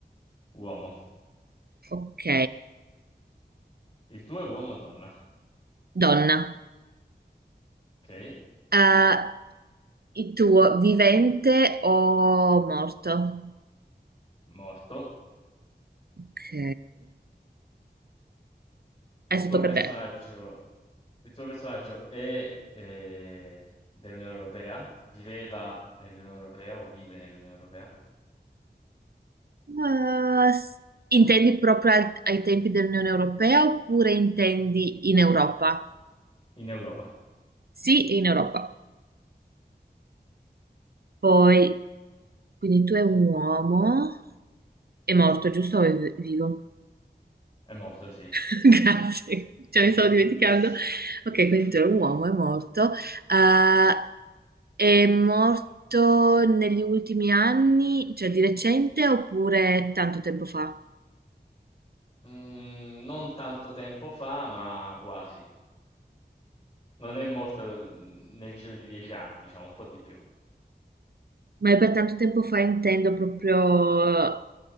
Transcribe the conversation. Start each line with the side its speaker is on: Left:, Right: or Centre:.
Left: Uomo.
Right: Ok,
Left: Il tuo è uomo o donna?
Right: donna.
Left: Ok.
Right: Eh, il tuo vivente o morto?
Left: Morto.
Right: Ok. Adesso
Left: Il tuo
Right: tocca
Left: personaggio,
Right: a te.
Left: il tuo personaggio è eh, dell'Unione Europea? Viveva nell'Unione Europea o vive nell'Unione Europea?
Right: Eh, s- intendi proprio al- ai tempi dell'Unione Europea oppure intendi in Europa?
Left: In Europa.
Right: Sì, in Europa. Poi, quindi tu è un uomo, è morto, giusto? O è vi- vivo?
Left: È morto, sì.
Right: <laughs> Grazie, cioè
Left: <laughs>
Right: mi stavo dimenticando. Ok, quindi tu è un uomo, è morto. Eh, è morto negli ultimi anni, cioè di recente oppure tanto tempo fa?
Left: Mm, non tanto tempo fa, ma quasi. Non è morto mm, nel giro di dieci anni, diciamo, un po' di più.
Right: Ma per tanto tempo fa intendo proprio